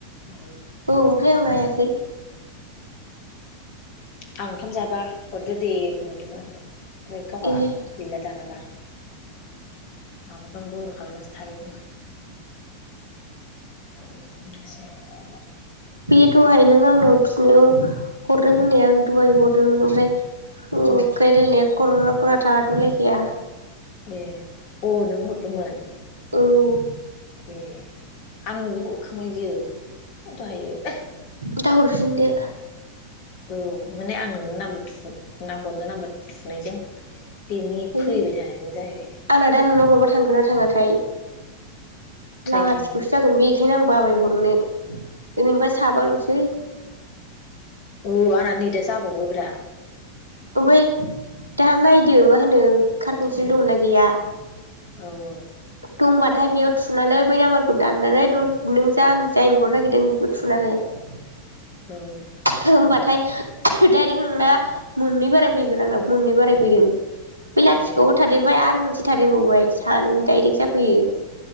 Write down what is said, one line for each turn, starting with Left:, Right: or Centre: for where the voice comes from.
Left: माबो
Right: औ ओमफ्राय आं नायाखै
Left: आं ओंखाम जाबा हरदो दे होनहरदोंमोन आंखौ फ्राय गावहा
Right: ए
Left: गैला दानाबा। माबाखौनो बनद' खालामनासो थाबाय खोमा। <inaudible>
Right: बे दहाय नों आंनाव थुनायाव हरदों होननाया दहाय हरदोंमोन ओमफ्राय होखायो
Left: औ
Right: रायलायनाया खरा खरा थाद लायखाया
Left: ए अ नोंनो हरदोंमोन।
Right: ओं
Left: ए आंनोबो हदखांबाय बियो दहायो।
Right: दा हरफिनदो।
Left: औ माने आं नोंनो नाम थु नाहरनो नांबा थुनायजों बेनि
Right: आयौ
Left: फैबाय थानायजों जाहैबाय।
Right: आंना दा नोंनाव हरबा थांगोना थाङाथाय
Left: ट्राइ
Right: लाथिख'सो
Left: खालामबाय
Right: जागोन बे थोर आं बाबाय हरनो ओरैनोबा साबाल'सै।
Left: औ आंना नै दा जाबावबो ब्रा।
Right: ओमफाय दा नायदो मा होनो कारपेन्सिल
Left: उम
Right: दंना गैया?
Left: औ औ
Right: दंबाथाय बेयाव थुनानै बै नाम्बारखौ दाननानै द नों जा-जायनो हरनो नागिरदों बेनिखौ थुनानै हो।
Left: ओ
Right: होमबाथाय डाइरेक्ट नोंना मोननै बाराय फैदों आंना मोननै बाराय फैदों। बे लाथिखबो
Left: ए
Right: थादेरबाय आरो मोनसे थादेरबावबाय सानैनि दडाइरेक्ट जाफैयो।